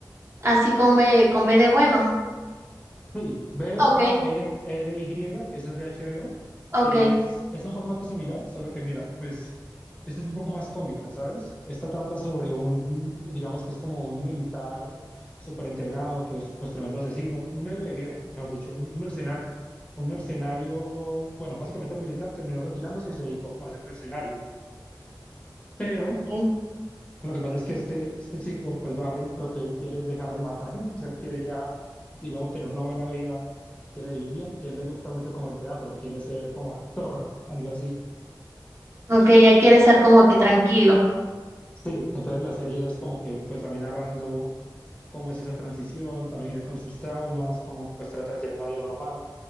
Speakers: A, on the right; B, on the left.
A: así con B, con B de bueno,
B: Sí, B-A-R-R-Y,
A: ok,
B: esa es de HBO,
A: ok,
B: y es, es un formato similar, solo que mira, pues esta es un poco más cómica, ¿sabes? Esta trata sobre un, digamos que es como un militar súper entrenado, que es pues tremendo asesino, un héroe de guerra, mejor dicho, un mercenario, un mercenario, bueno, básicamente era militar, terminó retirándose y se dedicó como a ser mercenario, pero
A: ok,
B: lo que pasa es que este, este chico, pues Barry, lo que él quiere es dejar de matar gente, o sea, él quiere ya, digamos, tener una buena vida, quiere vivir bien, y a él le gusta mucho como el teatro, quiere ser como actor, algo así.
A: ok, ya quiere estar como que tranquilo,
B: Sí, entonces la serie es como que, pues también narrando cómo es esa transición, también él con sus traumas, cómo pues trata de tener una vida normal,